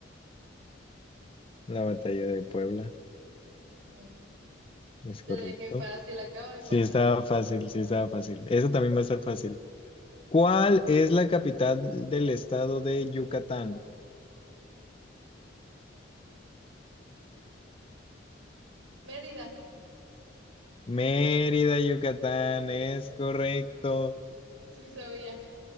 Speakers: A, on the left; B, on the right.
A: La batalla de Puebla,
B: Ujú.
A: es
B: Te
A: correcto.
B: la dejé fácil, acaba de
A: Sí,
B: pasar.
A: estaba fácil, sí, estaba fácil. Eso también va a estar fácil. ¿Cuál es la capital del estado de Yucatán?
B: Mérida,
A: Mérida, Yucatán, es correcto.
B: sí sabía.